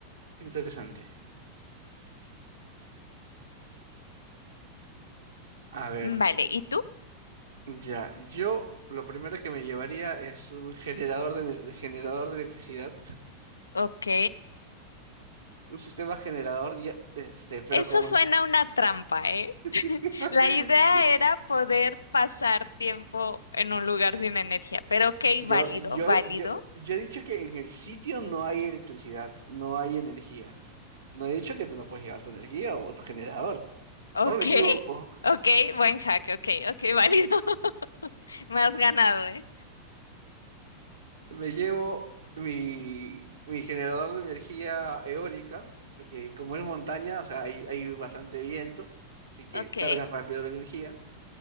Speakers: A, on the right; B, on the left.
A: interesante. A ver,
B: Vale, ¿y tú?
A: ya, yo lo primero que me llevaría es un generador de, ener- generador de electricidad,
B: Ok.
A: un sistema generador, ya, este, pero
B: Eso
A: como
B: suena a una trampa, ¿eh? <laughs>
A: <laughs>
B: La idea
A: te-
B: era poder pasar tiempo en un lugar sin energía, pero ok,
A: yo,
B: válido,
A: yo,
B: válido.
A: yo, yo he dicho que en el sitio no hay electricidad, no hay energía. No he dicho que tú no puedes llevar tu energía o tu generador.
B: Ok,
A: ¿O me equivoco?
B: ok, buen hack, ok, ok, válido. <laughs> Me has ganado, ¿eh?
A: Me llevo mi, mi generador de energía eólica, porque como es montaña, o sea, hay, hay bastante viento, así que
B: Ok,
A: cargas rápido la energía.